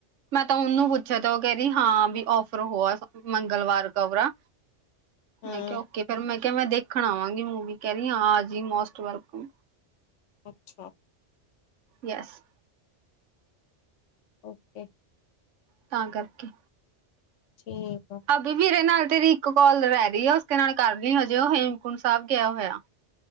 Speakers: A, on the right; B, on the left.
A: ਮੈਂ ਤਾਂ ਓਨੂੰ ਪੁੱਛਿਆ ਤ ਓ ਕੈ ਰੀ ਵੀ ਔਫਰ ਹੋਆ ਮੰਗਲਵਾਰ ਕਰਵਾ
B: ਹੂੰ
A: ਮੈਂ ਕੇਹਾ ਓਕੇ ਫਿਰ ਮੈਂ ਕਿਹਾ ਮੈਂ ਦੇਖਣ ਆਵਾਂਗੀ ਮੂਵੀ ਕਹਿ ਰੀ ਆਪ ਜੀ ਮੋਸਟ ਵੈਲਕਮ।
B: ਅੱਛਾ।
A: ਯੈਸ।
B: ਓਕੇ-
A: ਤਾਂ ਕਾਰਕੇ
B: ਠੀਕ ਆ।
A: ਪਾਬੀ ਵੀੇਰੇ ਨਾਲ ਤੇਰੀ ਇੱਕ ਕਾਲ ਰੈ ਗਈ ਉਸਦੇ ਨਾਲ ਕਰ ਲਈ ਹਜੇ ਓ ਹੇਮਕੁੰਟ ਸਾਬ ਗਿਆ ਹੋਯਾ।